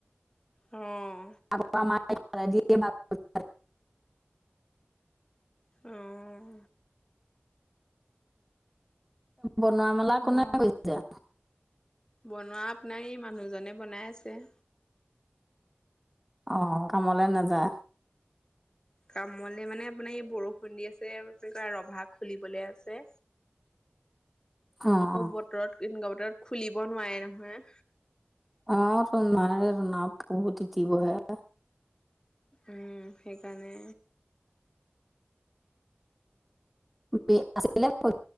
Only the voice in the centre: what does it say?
<unintelligible>
বনোৱা মেলা কোনে
কৰিছে?
অৱ কামলে নাযা।
<inaudible>
অঁ
অৱ তু নোৱাৰে আকৌ তিতিবহে।
<inaudible>